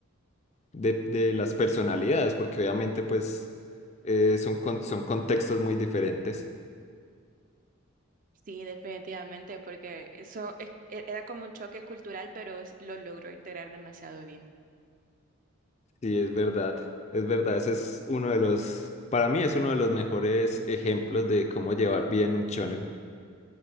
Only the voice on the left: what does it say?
de, de las personalidades, porque obviamente pues eh, son, con- son contextos muy diferentes.
Sí, es verdad, es verdad, ese es uno de los, para mí es uno de los mejores ejemplos de cómo llevar bien un shonen.